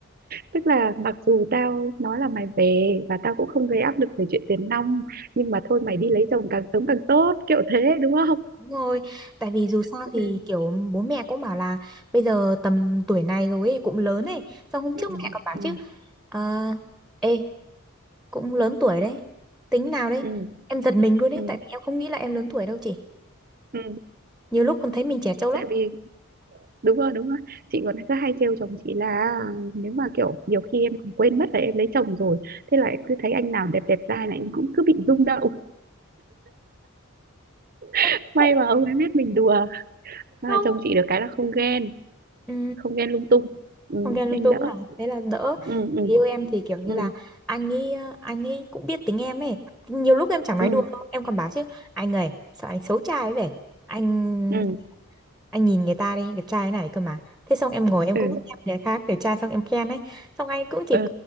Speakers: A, on the right; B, in the centre.
A: Tức là mặc dù tao nói là mày về và tao cũng không gây áp lực về chuyện tiền nong nhưng mà thôi mày đi lấy chồng càng sớm càng tốt kiểu thế đúng không?
B: Đúng rồi, tại vì dù sao
A: Ừ.
B: thì kiểu bố mẹ cũng bảo là bây giờ tầm tuổi này rồi ấy, cũng lớn ấy. Xong hôm
A: Ừ.
B: trước mẹ còn bảo
A: Ừ.
B: chứ, "Ờ, ê, cũng lớn tuổi đấy, tính nào đấy.
A: Ừ.
B: Em giật mình luôn ấy,
A: Ừ.
B: tại vì em không nghĩ là em lớn tuổi đâu chị.
A: Ừ.
B: Nhiều lúc còn thấy mình trẻ trâu lắm.
A: Tại vì đúng rồi đúng rồi chị còn cứ hay trêu chồng chị là à, nếu mà kiểu nhiều khi em còn quên mất là em lấy chồng rồi thế là em cứ thấy anh nào đẹp đẹp trai là em cũng cứ bị rung động <laughs>
B: Em
A: may
B: vậy
A: mà ông ấy biết mình đùa Mà
B: Không,
A: chồng chị được cái là không ghen
B: ừ,
A: không ghen lung tung ừ,
B: không ghen lung
A: nhanh
B: túng
A: đỡ
B: à, thế là đỡ.
A: ừ, ừ,
B: Người Yêu em thì kiểu như
A: ừ,
B: là anh ấy, anh ấy cũng biết tính em ấy. Nhiều lúc em chẳng nói
A: ừ,
B: đùa đâu, em còn bảo chứ, anh ơi, sao anh xấu trai ấy vậy? Anh
A: ừ.
B: anh nhìn người ta đi đẹp trai thế này cơ mà thế xong em ngồi em
A: ừ.
B: cũng khen người khác đẹp trai xong em khen ấy xong anh cũng chỉ
A: ờ